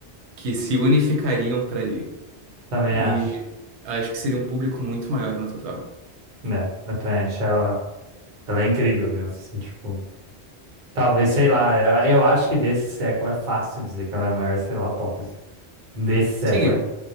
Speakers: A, on the right; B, on the right.
A: que se unificariam para ir.
B: Também
A: E
B: acho.
A: acho que seria um público muito maior no total.
B: né? Eu também acho ela, ela é incrível mesmo, assim, tipo, talvez, sei lá, eu, eu acho que desse século é fácil dizer que ela é a maior, sei lá, pop, assim. Desse século
A: Sim, é.
B: é,